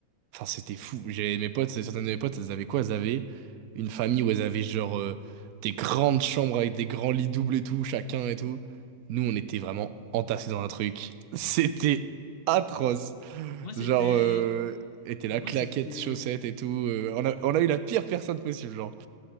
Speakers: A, on the right (about 70°); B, on the left (about 55°).
A: Enfin, c'était fou. J'avais mes potes, certaines de mes potes, elles avaient quoi? Elles avaient une famille où elles avaient genre euh, des grandes chambres avec des grands lits doubles et tout, chacun et tout. Nous, on était vraiment entassés dans un truc. <laughs> C'était atroce.
B: Moi, c'était.
A: Genre, euh, était là,
B: Bah, moi,
A: claquettes,
B: c'était.
A: chaussettes et tout. euh, on a, on a eu la pire personne possible, genre.